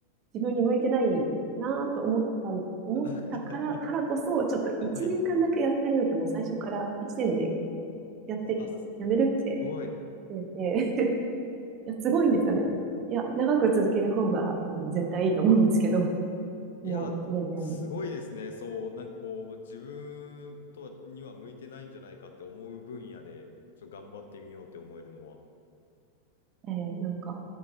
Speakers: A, on the right; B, on the left.
A: 自分に向いてないなぁと思った、思ったから、
B: <laughs>
A: からこそ、ちょっと1年間だけやってみようって、
B: はい。
A: もう最初から1年でやって、
B: あ、すすごい。
A: やめるって決めて、<laughs> いや、すごいんですかね。いや、長く続ける方が、あの、絶対いいと思うんですけど、もう1年でやめるって。
B: いや、すごいですね。そう、なんかこう、自分とはには向いてないんじゃないかって思う分野で、ちょっと頑張ってみようって思えるのは。
A: えーなんか、